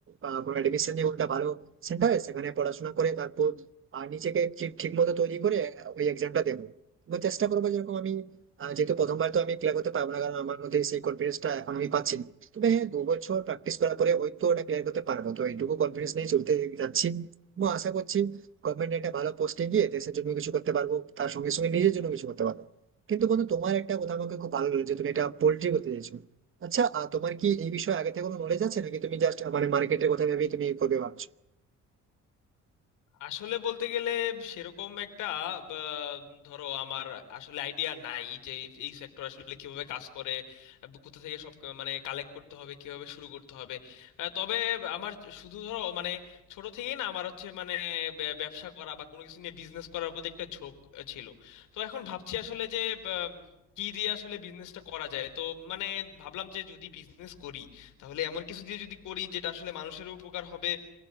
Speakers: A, on the right; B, on the left.
A: আহ, কোনো এডমিশন নিয়ে কোনটা ভালো সেন্টারে সেখানে পড়াশোনা করে তারপর আহ, নিজেকে ঠিক ঠিক মতো তৈরি করে ওই এক্সামটা দেবো এবং চেষ্টা করবো যেরকম আমি আহ, যেহেতু প্রথমবার তো আমি ক্লিয়ার করতে পারবো না কারণ আমার মধ্যে সেই কনফিডেন্সটা এখন আমি পাচ্ছি না তবে হ্যাঁ দু বছর প্র্যাকটিস করার পরে ওই তো ওটা ক্লিয়ার করতে পারবো তো এইটুকু কনফিডেন্স নিয়ে চলতে যাচ্ছি এবং আশা করছি গভর্নমেন্ট একটা ভালো পোস্টে গিয়ে দেশের জন্য কিছু করতে পারবো তার সঙ্গে সঙ্গে নিজের জন্য কিছু করতে পারবো কিন্তু বন্ধু তোমার একটা কথা আমাকে খুব ভালো লেগেছে তুমি এটা পোল্ট্রি করতে চাইছো আচ্ছা আহ, তোমার কি এই বিষয়ে আগে থেকে কোনো নলেজ আছে নাকি তুমি জাস্ট মানে মার্কেটের কথা ভেবেই তুমি করবে ভাবছো
B: আসলে বলতে গেলে সেরকম একটা বা, ধরো আমার আসলে আইডিয়া নাই যে এই সেক্টর আসলে কিভাবে কাজ করে বা কোথা থেকে সব ক- মানে কালেক্ট করতে হবে কিভাবে শুরু করতে হবে আহ, তবে আমার শুধু ধরো মানে ছোট থেকেই না আমার হচ্ছে মানে ব্য- ব্যবসা করা বা কোনো কিছু নিয়ে বিজনেস করার প্রতি একটা ঝোঁক আহ, ছিল তো এখন ভাবছি আসলে যে আহ, কি দিয়ে আসলে বিজনেসটা করা যায় তো মানে ভাবলাম যে যদি বিজনেস করি তাহলে এমন কিছু দিয়ে যদি করি যেটা আসলে মানুষেরও উপকার হবে